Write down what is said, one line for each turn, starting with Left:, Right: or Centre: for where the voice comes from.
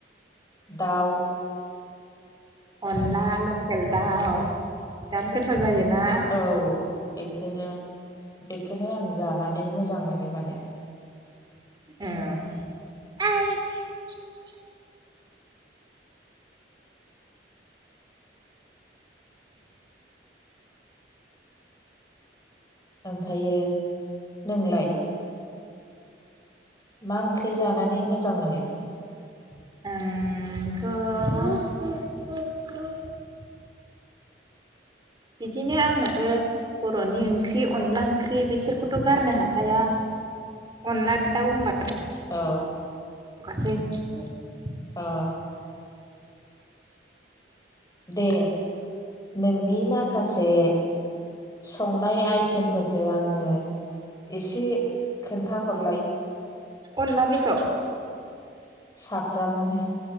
Left: दाउ
Right: अनला लकेल दाउ बिराद गोथाव जायोना?
Left: औ बेखोनो बेखोनो आं जानानै मोजां मोन नो माने।
Right: औ <unintelligible>
Left: ओमफायो नोंलाय? मा ओंख्रि जानानै मोजां मोनो?
Right: आंथ' <unintelligible> बिदिनो आंनाबो बर'नि ओंख्रि अनला ओंख्रि बिसोरखौथ' गारनो हाखाया अनला दाउ होनबा
Left: अ
Right: <unintelligible>
Left: अ दे नोंनि माखासे संनाय आइटिम फोरखौ आंनो एसे खोन्थाहरलाय।
Right: अनलानिखौ?
Left: साफ्रामनो